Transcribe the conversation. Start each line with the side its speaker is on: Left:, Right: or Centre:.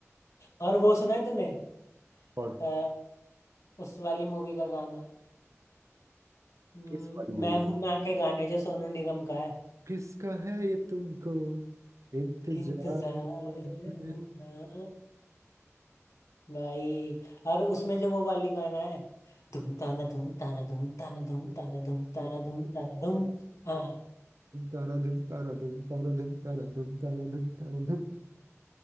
Left: और वो सुना है तूने
Right: कौन
Left: अ, उस वाली मूवी का गाना हम्म,
Right: किस वाली मूवी
Left: मैं हूं ना के गाने जो सोनू निगम का है
Right: किसका है ये तुमको इंतजार
Left: इंतजार में
Right: है,
Left: हूं ना भाई और उसमें जो वो वाली गाना है धूम ताना धूम ताना धूम ताना धूम
Right: धुम
Left: ताना धूम ताना धूम ताना धूम हाँ
Right: ताना धुम ताना धुम ताना धुम ताना धुम ताना धुम ताना धुम